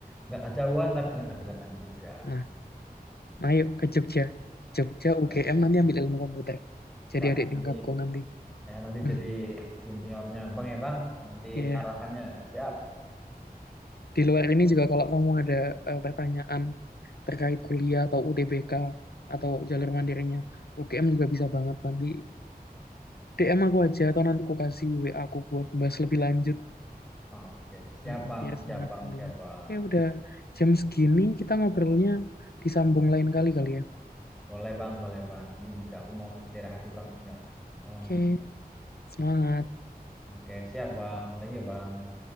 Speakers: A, in the centre; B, on the left (about 80°).
A: nggak kejauhan tapi nggak kedekatan juga.
B: nah ayo ke Jogja Jogja
A: Boleh.
B: UGM nanti ambil ilmu komputer jadi
A: Siap
B: adik
A: nanti.
B: tingkatku nanti
A: Saya nanti
B: hmm.
A: jadi juniornya Bang ya Bang. Nanti
B: iya
A: arahannya siap.
B: di
A: Kita-
B: luar ini juga kalau kamu ada eh, pertanyaan terkait kuliah atau UTBK atau jalur mandirinya UGM juga bisa banget nanti DM aku aja atau nanti aku kasih WA aku buat bahas lebih lanjut
A: Oke, siap
B: Mm,
A: Bang,
B: biar semangat
A: siap Bang,
B: kuliah
A: siap Bang.
B: Oke udah jam segini kita ngobrolnya disambung lain kali kali ya
A: Boleh Bang, boleh Bang. Ini juga aku mau istirahat sih Bang. Udah cukup malam
B: Oke,
A: ini.
B: semangat.
A: Oke, siap Bang. Thank you Bang.